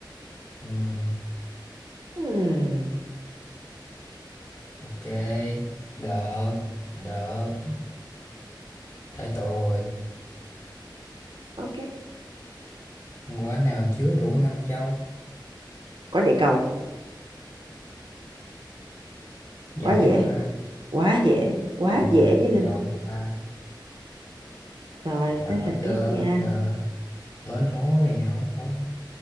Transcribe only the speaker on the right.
Hmm,
ok.
Quả địa cầu.
Quá dễ,
quá dễ, quá
dễ với Linh.
Rồi,
thế là tiếp
nha.